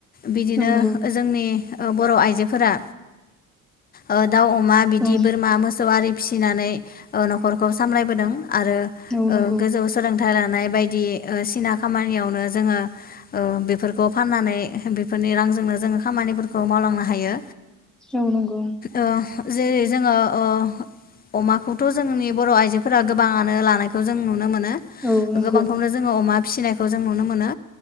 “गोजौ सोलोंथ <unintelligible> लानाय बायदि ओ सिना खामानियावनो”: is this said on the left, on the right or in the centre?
Left